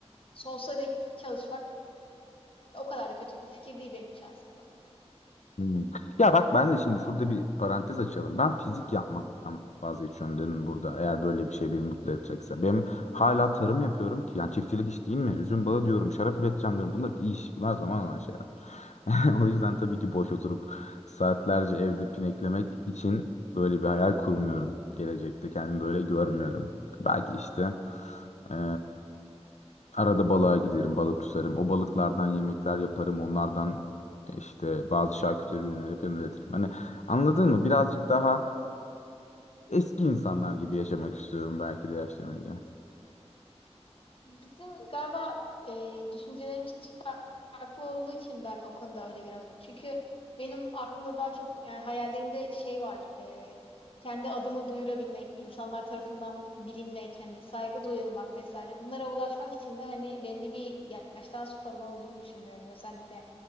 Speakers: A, on the left; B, on the left.
A: sonsuza dek çalışmak o kadar da kötü bir fikir değil benim için aslında.
B: Hmm. Ya bak ben de şimdi şurada bir parantez açalım. Ben fizik yapmaktan vazgeçiyorum dedim burada. Eğer böyle bir şey beni mutlu edecekse. Benim hala tarım yapıyorum ki. Yani çiftçilik iş değil mi? Üzüm bağı diyorum, şarap üreteceğim diyorum. Bunlar iş. Bunlar zaman alan şeyler. <laughs> O yüzden tabii ki boş oturup saatlerce evde pineklemek için böyle bir hayal kurmuyorum. Gelecekte kendimi böyle görmüyorum. Belki işte eee, arada balığa giderim, balık tutarım. O balıklardan yemekler yaparım. Onlardan işte bazı şarküteri ürünleri falan üretirim. Hani anladın mı? Birazcık daha eski insanlar gibi yaşamak istiyorum belki de yaşlanınca.
A: Bizim galiba e, düşüncelerimiz farklı olduğu için ben o konuda öyle göremedim. Çünkü benim aklımda daha çok yani hayallerimde şey var. e, kendi adımı duyurabilmek, insanlar tarafından bilinmek, hani saygı duyulmak vesaire. Bunlara ulaşmak için de hani belli bir yaştan sonra olduğunu düşünüyorum. Özellikle